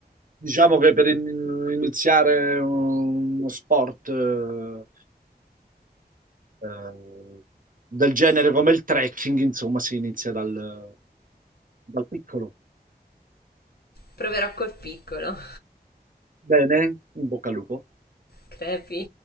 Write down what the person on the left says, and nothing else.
Proverò col piccolo.
<laughs> Crepi.